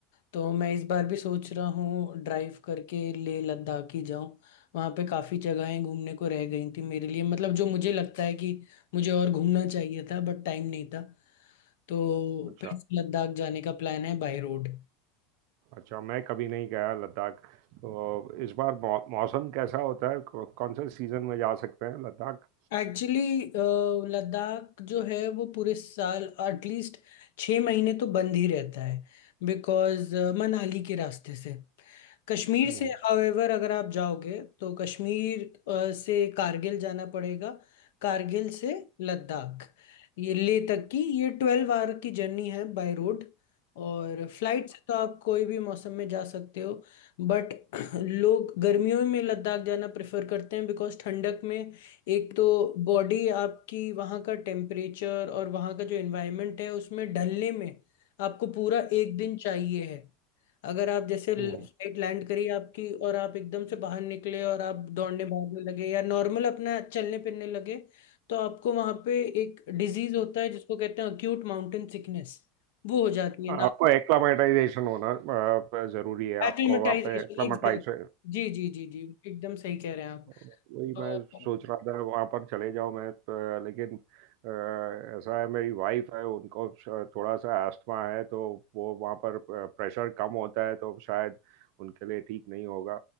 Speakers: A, on the left; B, on the right.
A: तो मैं इस बार भी सोच रहा हूँ ड्राइव करके लेह लद्दाख ही जाऊँ वहाँ पे काफ़ी जगहें घूमने को रह गई थी मेरे लिए मतलब जो मुझे लगता है कि मुझे और घूमना चाहिए था बट टाइम नहीं था तो
B: अच्छा
A: फिर से लद्दाख जाने का प्लान है बाय रोड
B: अच्छा मैं कभी नहीं गया लद्दाख तो इस बार मौ, मौसम कैसा होता है कौ- कौन से सीज़न में जा सकते हैं लद्दाख
A: एक्चुअली लद्दाख जो है वो पूरे साल एटलीस्ट छः महीने तो बंद ही रहता है बिकॉज मनाली के रास्ते से कश्मीर
B: हम्म
A: से
B: हम्म
A: हावेवर अगर आप जाओगे तो कश्मीर अ, से कारगिल जाना पड़ेगा कारगिल से लद्दाख ये लेह तक की ये ट्वेल्व आवर की जर्नी है बाय रोड और फ्लाइट से तो आप कोई भी मौसम में जा सकते हो बट <clears throat> लोग गर्मियों में लद्दाख जाना प्रेफर करते हैं बिकॉज ठंडक में एक तो बॉडी आपकी वहाँ का टेम्परेचर और वहाँ का जो एनवायरनमेंट है उसमें ढलने में आपको पूरा एक दिन चाहिए है अगर आप जैसे फ्लाइट
B: हम्म, हम्म।
A: लैंड करी आपकी और आप एकदम से बाहर निकले और आप दौड़ने भागने लगे या नॉर्मल अपना चलने फिरने लगे तो आपको वहाँ पे एक डिजीज होता है जिसको कहते हैं अक्यूट माउंटेन सिकनेस वो हो जाती है
B: आपको
A: ना
B: एक्लामेटाइजेशन होना अ, जरूरी है
A: Acclimatisation
B: आपको वहाँ पे एक्लामेटाइज
A: exact जी जी जी जी एकदम सही कह रहे हैं आप
B: वही
A: तो
B: मैं सोच रहा था वहाँ पर चले जाओ मैं अ, लेकिन अ, ऐसा है मेरी वाइफ है उनको श- थोड़ा सा एस्थमा है तो वो वहाँ पर प्रेशर कम होता है तो शायद उनके लिए ठीक नहीं होगा